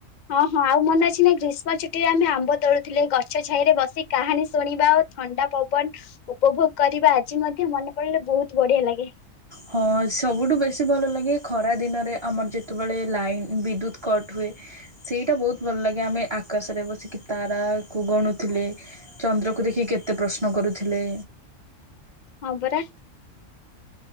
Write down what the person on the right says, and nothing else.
ହଁ, ସବୁଠୁ ବେଶୀ ଭଲ ଲାଗେ ଖରାଦିନରେ। ଆମର ଯେତେବେଳେ ଲାଇନ୍ ବିଦ୍ୟୁତ୍ କଟ ହୁଏ, ସେଇଟା ବହୁତ ଭଲ ଲାଗେ। ଆମେ ଆକାଶରେ ବସିକି ତାରାକୁ ଗଣୁଥିଲେ, ଚନ୍ଦ୍ରକୁ ଦେଖିକି କେତେ ପ୍ରଶ୍ନ କରୁଥିଲେ